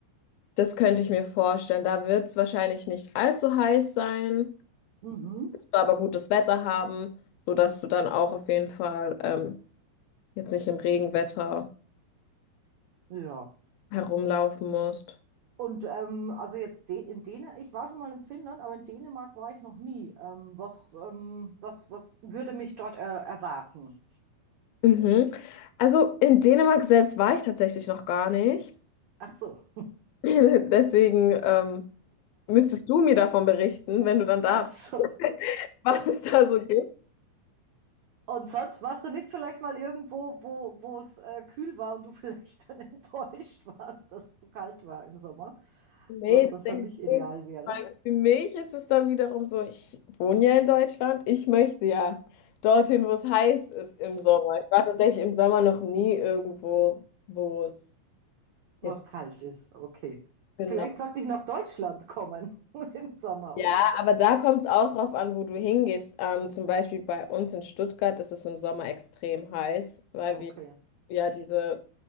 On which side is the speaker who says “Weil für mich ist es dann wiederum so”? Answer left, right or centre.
Left